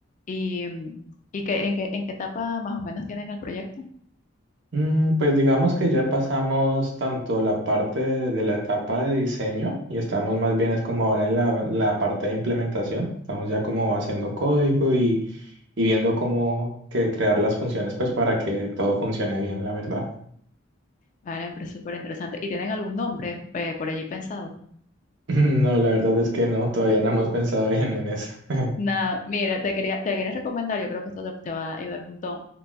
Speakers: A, on the left; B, on the right.
A: Y, mm, y que, en qué, en qué etapa más o menos tienen el proyecto.
B: Mm, Pues digamos que ya pasamos tanto la parte de, de la etapa de diseño y estamos más bien es como ahora en la, la parte de implementación. Estamos ya como haciendo código y, y viendo cómo que crear las funciones pues para que todo funcione bien, la verdad.
A: Vale, me parece súper interesante. ¿Y tienen algún nombre eh, por allí pensado?
B: <laughs> No, la verdad es que no, todavía no hemos pensado bien en eso. <laughs>
A: Nada, mira, te quería, te quería recomendar, yo creo que esto te, te va a ayudar un montón.